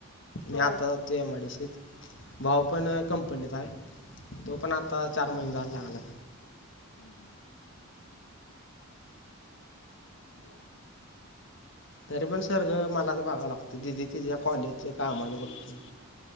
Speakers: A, on the left; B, on the left.
A: मी
B: होय
A: आता जातोय एमआयडीशित. भाऊ पण कंपनीत हाय तो पण आता चार महिने झाल लागलाय.
B: हम् हम् बर
A: तरी पण सगळ मलाच बघाय लागतंय दिदी तिझ्या कॉलेज कामाच बघते.